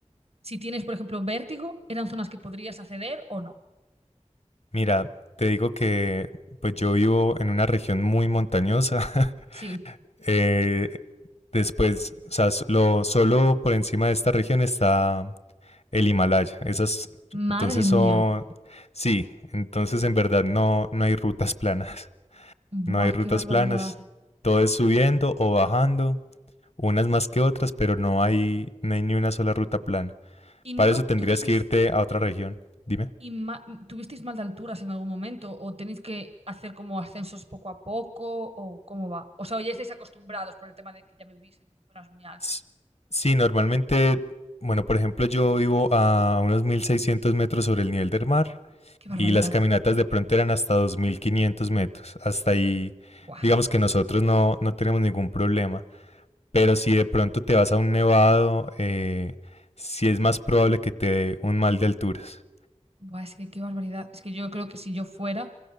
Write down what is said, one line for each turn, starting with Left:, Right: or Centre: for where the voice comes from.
Right: si tienes, por ejemplo, vértigo, eran zonas que podrías acceder o no.
Left: Mira, te digo que pues yo vivo en una región muy montañosa. <laughs>
Right: Sí.
Left: Eh, después, o sea, s- lo, solo por encima de esta región está el Himalaya. Esas,
Right: Madre
Left: entonces
Right: mía.
Left: son, sí, entonces en verdad no, no hay rutas planas. <laughs> No
Right: Buah,
Left: hay rutas
Right: qué barbaridad.
Left: planas. Todo es subiendo o bajando, unas más que otras, pero no hay, no hay ni una sola ruta plana.
Right: ¿Y
Left: Para
Right: nunca
Left: eso tendrías
Right: tuvisteis
Left: que irte a otra región. Dime.
Right: ¿Y ma- tuvisteis mal de alturas en algún momento? ¿O tenéis que hacer como ascensos poco a poco? ¿O cómo va? O sea, ¿o ya estáis acostumbrados por el tema de que ya vivís en zonas muy altas.
Left: S- Sí, normalmente, bueno, por ejemplo, yo vivo a unos 1600 metros sobre el nivel del mar
Right: ¡Qué barbaridad!
Left: y las caminatas de pronto eran hasta 2500 metros. Hasta ahí,
Right: ¡Buah!
Left: digamos que nosotros no, no tenemos ningún problema. Pero si de pronto te vas a un nevado, eh, sí es más probable que te dé un mal de alturas.
Right: ¡Buah! Es que qué barbaridad. Es que yo creo que si yo fuera,